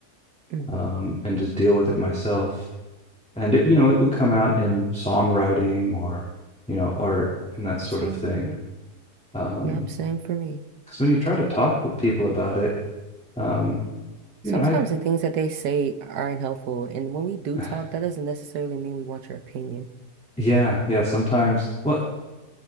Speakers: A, on the right; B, in the centre.
A: hmm
B: um, and just deal with it myself. And it, you know, it would come out in songwriting or, you know, art and that sort
A: Same
B: of thing.
A: here.
B: Um,
A: Yep, same for me.
B: because when you try to talk with people about it, um, you
A: Sometimes
B: know, I,
A: the things that they say aren't helpful, and when we do
B: <sighs>
A: talk, that doesn't necessarily mean we want your opinion.
B: yeah, yeah, sometimes, what,